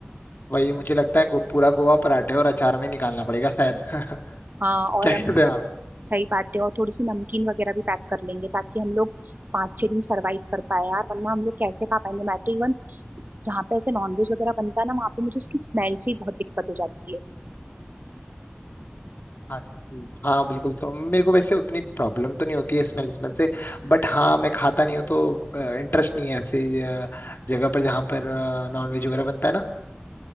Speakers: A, on the left; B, on the right.
A: वही मुझे लगता है गो, पूरा गोवा पराठे और अचार में निकालना पड़ेगा शायद <laughs> क्या
B: हाँ और
A: कहते
B: हम
A: हैं आप
B: सही बात है और थोड़ी सी नमकीन वगैरह भी पैक कर लेंगे ताकि हम लोग पाँच छह दिन सरवाइव कर पाए यार वरना हम लोग कैसे खा पाएंगे मैं तो इवन जहाँ पे ऐसे नॉनवेज वगैरह बनता है ना वहाँ पे मुझे उसकी स्मेल से ही बहुत दिक्कत हो जाती है
A: हाँ हाँ, बिल्कुल तो मेरे को वैसे उतनी प्रॉब्लम तो नहीं होती है स्मेल स्मेल से बट हाँ मैं खाता नहीं हूँ तो इंटरेस्ट नहीं है ऐसे अ, जगह पर जहाँ पर नॉनवेज वगैरह बनता है ना